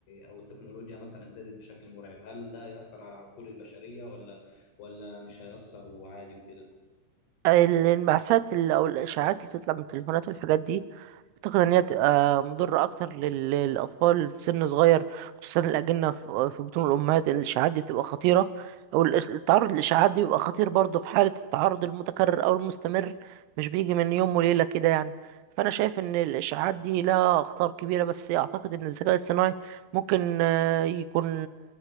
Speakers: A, on the left; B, on the right.
A: أو التكنولوجيا مثلا زادت بشكل مرعب هل ده يأثر على عقول البشرية ولا ولا مش هيأثر وعادي وكده
B: الانبعاثات اللي أو الإشاعات اللي بتطلع من التليفونات والحاجات دي أعتقد إن هي بتبقى مضرة أكتر لل- للأطفال في سن صغير خصوصا الأجنة في في بطون الأمهات إن الإشعاعات دي بتبقى خطيرة أو الإش- التعرض للإشعاعات دي بيبقى خطير برضه في حالة التعرض المتكرر أو المستمر مش بيجي من يوم وليلة كده يعني فأنا شايف إن الإشعاعات دي لها أخطار كبيرة بس أعتقد إن الذكاء الاصطناعي ممكن آه، يكون